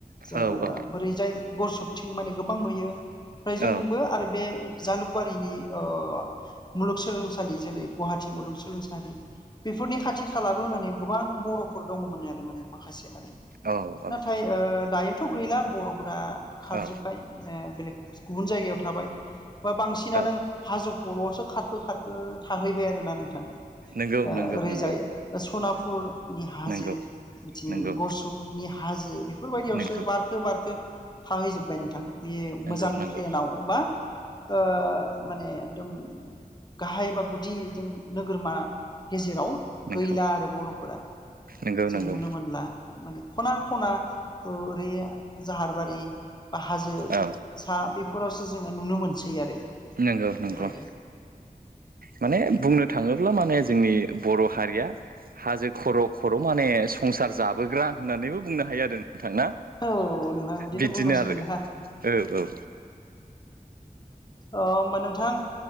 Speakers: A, on the left (about 30°); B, on the right (about 75°).
A: जोङो
B: औ औ
A: बोरैजाय गरसखथिं माने गोबां नुयो। ओमफ्राय जोंबो
B: औ
A: आरो बे। जालुकवारिनि अ मुलुगसोलोंसालि जेरै गुवाहाटी मुलुगसोलोंसालि। बेफोरनि खाथि खालाबो माने गोबां बर'फोर दङमोन आरो माने माखासे माने।
B: औ औ
A: नाथाय ओ दायोथ' गैला बर'। फोरा खारजोबबाय
B: औ
A: बेलेग गुबुन जायगायाव थाबाय। ओ बांसिनानो
B: औ
A: हाजो खर'यावसो खारखो खारखो थाहैबाय आरोना नोंथां
B: नंगौ
A: ओ
B: नंगौ
A: ओरैजायो
B: नंगौ
A: सनाफु रनि हाजो
B: नंगौ
A: बिथिं
B: नंगौ
A: गरसकनि हाजो बे बेफोरबायदियावसो
B: नंगौ
A: बारखो बारखो थाहैजोबबाय नोंथां बे
B: नंगौ
A: मोजां
B: नंगौ
A: प्लेनाव बा ओ माने एकदम गाहाय बा गुदि जों नोगोरमा गेजेराव
B: नंगौ
A: गैला आरो बर'फोरा
B: नंगौ
A: जों
B: नंगौ
A: नुनो मोनला माने ख'ना ख'ना बै जाहारबारि बा हाजो
B: औ
A: सा बेफोर बेफोरावसो जोङो नुनो मोनसै आरो
B: नंगौ नंगौ
A: बेबायदि
B: माने बुंनो थाङोब्ला माने जोंनि बर' हारिया हाजो खर खर माने संसार जाबोग्रा होननानैबो बुंनो हायो आरो नोंथां
A: औ नोंथां
B: बिदिनो
A: बुंनांसिगोन
B: आरो
A: दा
B: औ औ
A: होमबा नोंथां